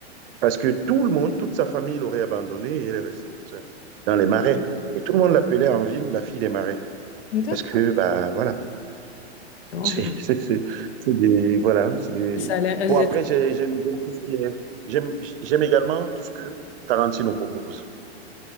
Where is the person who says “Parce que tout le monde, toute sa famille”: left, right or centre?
Right